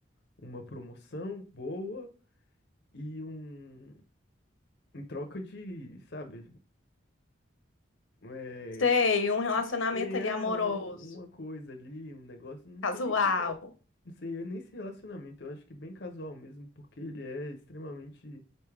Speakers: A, on the left; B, on the left.
A: uma promoção boa e um. Em troca de, sabe, é,
B: Sei, um relacionamento
A: Enfim, é
B: ali amoroso,
A: uma, uma coisa ali, um negócio, não
B: casual.
A: sei nem se, rela- não sei eu nem se relacionamento, eu acho que bem casual mesmo, porque ele é extremamente